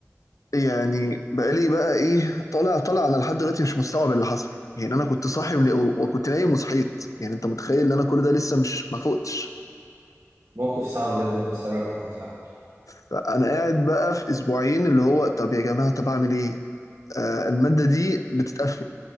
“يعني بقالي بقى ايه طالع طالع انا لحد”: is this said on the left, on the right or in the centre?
Left